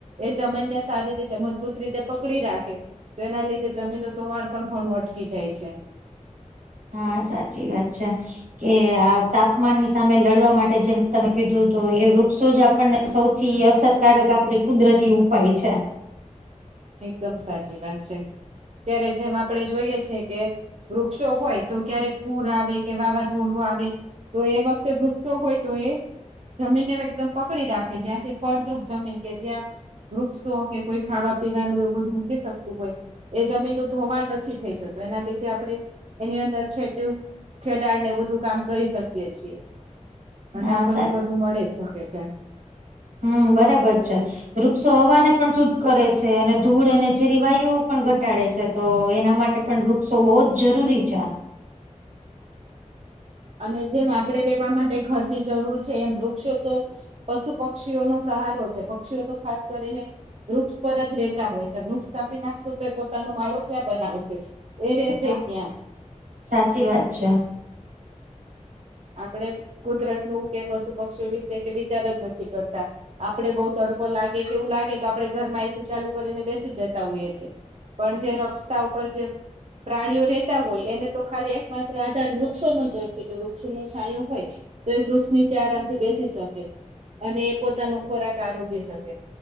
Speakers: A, on the right; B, on the right.
A: એ જમન ને સારી રીતે મજબૂત રીતે પકડી રાખે. તો એના લીધે જમીલું તોવાણ પણ ઘણું અટકી જાય છે.
B: હા, સાચી વાત છે. કે આ તાપમાન ની સામે લડવા માટે જેમ તમે કીધુ તું એ વૃક્ષો જ આપણને સૌથી અસરકારક આપડે કુદરતી ઉપાય છે.
A: એકદમ સાચી વાત છે. જ્યારે જેમ આપડે જોઈએ છે કે વૃક્ષો હોય તો ક્યારેક પૂર આવે કે વાવાઝોડું આવે તો એ વખતે વૃક્ષો હોય તો એ જમીનને એકદમ પકડી રાખે, જ્યાંથી ફળદ્રુપ જમીન કે જ્યાં વૃક્ષ તોઓ કે કોઈ ખાવા પીવાનું એવ બધું મૂકી સકતું હોય એ જમીનનું ધોવાણ નથી થઈ જતું એના લીધે આપડણે એની અંદર ખેતી-ખેડાડ ને બધું કામ કરી શકીએ છીએ. અને
B: હા
A: આપણને
B: સા
A: બધું મળે જ સકે છે.
B: હમ, બરાબર છે. ઋક્ષો હવાને પણ સુદ્ધ કરે છે અને ધૂળ અને ઝેરી વાયુઓ પણ ઘટાડે છે. તો એના માટે પણ વૃક્ષો બઉ જ જરૂરી છે.
A: અને જેમ આપડે રેવા માટે ઘરની જરૂર છે, એમ વૃક્ષો તો પસુ-પક્ષીઓનો સહારો છે. પક્ષીઓ તો ખાસ કરીને વૃક્ષ પર જ રેતા હોય છે. વૃક્ષ કાપી નાખસુ તો, એ પોતાનો માયો ક્યાં બનાવસે? એ રેસે
B: હા
A: ક્યા?
B: સાચી વાત છે.
A: આપણે કુદરત નું કે પશુ-પક્ષી વિશે કે વિચાર જ નથી કરતા. આપડે બઉ તડકો લાગે કે એવું લાગે તો, આપડણેે ઘરમાં એસી ચાલુ કરીને બેસી જતા હોઈએ છીએ. પણ જે રક્સ્તા ઉપર જે પ્રાણીઓ રહેેતા હોય એને તો ખાલી એક માત્ર આધાર વૃક્ષો નો જ હોય છે વૃક્ષ વૃક્ષ નુ છાયું હોય તો એ વૃક્ષ નીચે આરામથી બેસી શકે. અને એ પોતાનો ખોરાક આરોગી સકે.